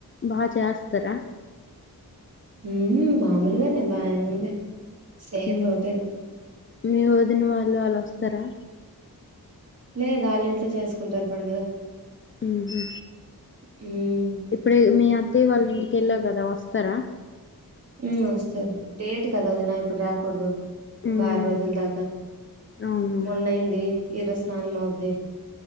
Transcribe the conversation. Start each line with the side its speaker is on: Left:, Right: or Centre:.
Left: బా చేస్తారా
Right: ఉ మామూలుగానే బాయం ఉంది సేమ్
Left: ఉ
Right: రొటీన్
Left: మీ వదిన వాళ్ళు ఆళ్ళు వస్తారా
Right: లేదు వాళ్ళ ఇంట్లో చేసుకుంటారు పండుగ
Left: ఉహూ
Right: హ్మ్
Left: ఇప్పుడే మీ అత్త వాళ్ళ ఇంటికెళ్ళా కదా వస్త త్తర
Right: హ్మ్మ్ వస్తారు డేట్ కద వదిన ఇప్పుడు రాకూడదు ఇంకా
Left: ఉమ్
Right: ఆరు రోజుల దాకా
Left: అవును
Right: మొన్నయింది ఈరోజు స్నానం అవుద్ది